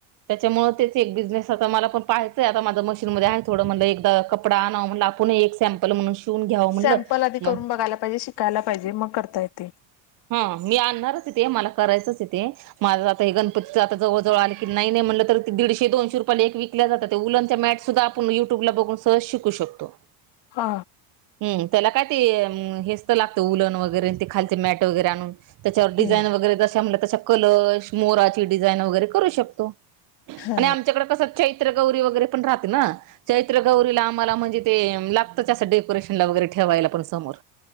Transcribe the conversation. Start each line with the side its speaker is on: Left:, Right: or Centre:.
Right: त्याच्यामुळे तेच एक बिझनेस आता मला पण पाहायंय आता माझं मशीनमध्ये आहे थोडं म्हटलं एकदा कपडा आणावा म आपण एक सॅम्पल म्हणून शिवून घ्यावं म्हणलं
Left: सॅमपल आधी
Right: मग
Left: करून बघायला पाहिजे शिकायला पाहिजे मग करता येतय.
Right: हा मी आणणारच इथे मला करायचंच इथे माझं आता हे गणपती आता जवळ जवळ आलं की नाई नाई म्हणलं तर ती दीडशे दोनशे रुपयाला एक विकल्या जातात उलट आमच्या मॅट सुद्धा आपण युट्यूबला बघून सहज शिकू शकतो.
Left: हा
Right: हम्म त्याला काय ते हेचतर लागत उलण वगैरे ते खालचे मॅट वगैरे आणून त्याच्यावर डिझाईन
Left: हम्म
Right: वगैरे जशा म्हटल्या तश्या कलर मोराची डिझाईन वगैरे करू शकतो.
Left: हा
Right: आणि आमच्याकडे कस चैत्र गौरी वगैरे पण राहते ना चैत्र गौरीला आम्हाला म्हणजे ते ला तच अस डेकोरेशनला वगैरे ठेवायला पण समोर.